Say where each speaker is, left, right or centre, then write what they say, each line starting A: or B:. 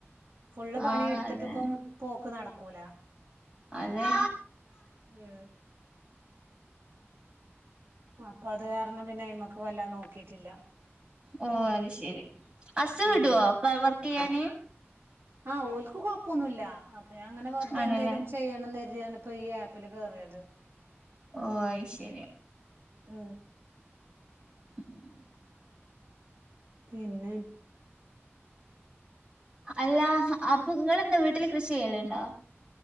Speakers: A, on the right; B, on the right.
A: ഫുള്ള് പണി
B: ആഹ്
A: എടുത്തിട്ടിപ്പം
B: അതെ
A: പോക്ക് നടക്കൂല
B: അതെ
A: ഹേ അപ്പൊ അത് കാരണം പിന്നെ അയ് മക്ക് വല്ലാ നോക്കിട്ടില്ല
B: ഓ അത് ശെരി അസു വിടുവോ
A: ഉം
B: അപ്പ വർക്ക് ചെയ്യാന്
A: ആ ഓൽക്ക് കൊഴപ്പൊന്നുമല്ല അപ്പ ഞാൻ ഇങ്ങനെ വെറുതെ
B: ആണല്ലേ
A: എന്തെങ്കലും ചെയ്യണം കരുതി കരുതിയാണ് ഈ ആപ്പിൽ കയറിയത്
B: ഓ അയ് ശരി
A: ആ
B: <unintelligible>
A: പിന്നെ
B: അല്ല അപ്പൊ ഇങ്ങളെന്താ വീട്ടില് കൃഷി ചെയ്യല്ണ്ടോ